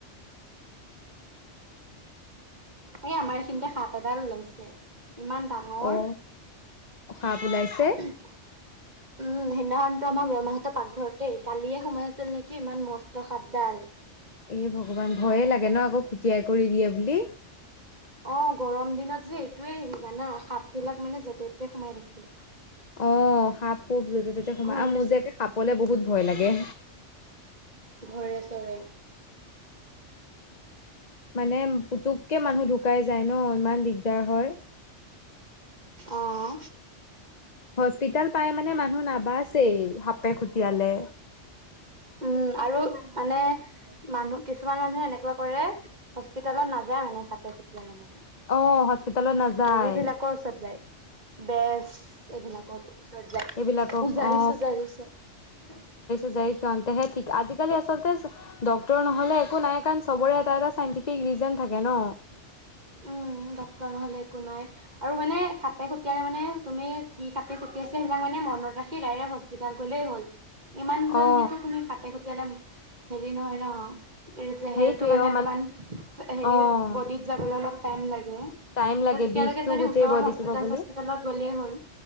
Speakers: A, on the right (about 35°); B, on the left (about 35°).
A: এই আমাৰ এইখিনিতে সাপ এডাল ওলাইছে। ইমান ডাঙৰ।
B: অ সাপ ওলাইছে
A: উম, সিদনাখনটো আমাৰ বৰমাহঁতৰ পাকঘৰতেই, কালিয়ে সোমাই আছিল নেকি ইমান মস্ত সাপডাল।
B: এ, ভগৱান! ভয়ে লাগে ন আকৌ খুটিয়াই কৰি দিয়ে বুলি।
A: অ', গৰম দিনত যে এইটোৱেই হেৰি জানা, সাপবিলাক মানে য'তে-ত'তে সোমাই থাকে।
B: অ', সাপ-সোপ য'তে-ত'তে সোমায়।
A: ঘৰে
B: আৰু মোৰ যে একে সাপলে বহুত ভয় লাগে।
A: ঘৰে-চৰে।
B: মানে পুতুককে মানুহ ঢুকাই যায় ন ইমান দিগদাৰ হয়।
A: অহ।
B: হস্পিতাল পাই মানে মানুহ নাবাছেই সাপে খুটিয়ালে।
A: উম, আৰু মানে মানুহ, কিছুমান মানুহে এনেকুৱা কৰে হস্পিতালত নাযায় মানে খাপে খুতিলে মানে।
B: অ হস্পিতালত নাযায়
A: হেৰিবিলাকৰ ওচৰত যায়, বেজ এইবিলাকৰ। ওচৰত যায়,
B: এইবিলাকক
A: পূজাৰী
B: অ
A: সুজাৰী ওচৰত।
B: সিহতেহে ঠিক, আজিকালি আচলত ডক্তৰ নহ'লে একো নাই কাৰণ চবৰে এটা এটা চাইন্টিফিক ৰিজন থাকে ন।
A: উম। উম, ডক্তৰ নহ'লে একো নাই। আৰু মানে সাপে খুটিয়ালে মানে তুমি কি সাপে খুটিয়াইছে সেয়া মানে মনত ৰাখি ডাইৰেক্ট হস্পিতাল গ'লেই হ'ল। ইমান জল্দিটো
B: অ
A: তুমি খাপে খুটিয়ালে হেৰি নহয় ন। জেহেৰটো
B: সেইটোৱে
A: মানে
B: অ
A: অকমান হেৰি,
B: অ
A: বডিত যাবলৈ অলপ টাইম লাগ তেতিয়ালৈকে
B: টাইম লাগে বিষটো
A: যদি
B: গোটেই
A: ওচৰৰ
B: বডিটো
A: হস্পিতেল
B: পাবলে।
A: চস্পিতেলত গ'লেই হ'ল।